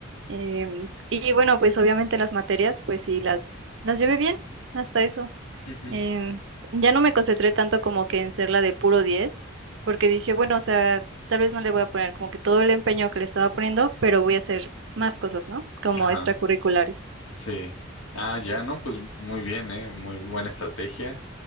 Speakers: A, on the right; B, on the left.
A: Em, y bueno, pues obviamente las materias, pues sí, las, las llevé bien hasta eso.
B: Ujú.
A: Em, ya no me concentré tanto como que en ser la de puro 10 porque dije, bueno, o sea, tal vez no le voy a poner como que todo el empeño que le estaba poniendo, pero voy a hacer más cosas, ¿no? Como
B: Ajá,
A: extracurriculares.
B: sí. Ah, ya, no, pues muy bien, ¿eh? Muy buena estrategia.